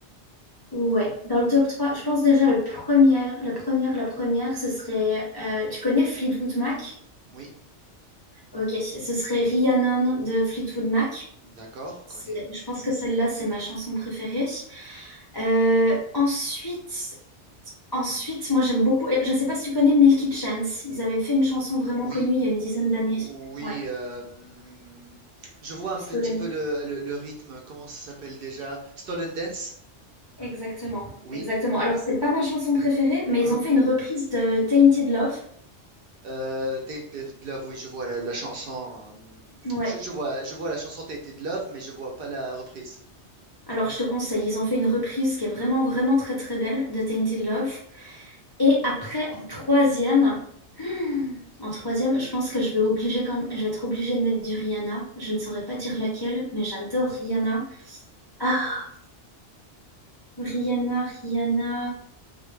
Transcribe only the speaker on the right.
Oui,
d'accord,
connais.
Oui,
oui.
euh, hmm, je vois un
petit peu le, le- le rythme. Comment ça s'appelle déjà? Stolen Dance?
Oui.
hein.
Euh, Tainted Love, oui, je vois la, la chanson. euh,
Je, je vois, je vois la chanson Tainted Love, mais je vois pas la reprise.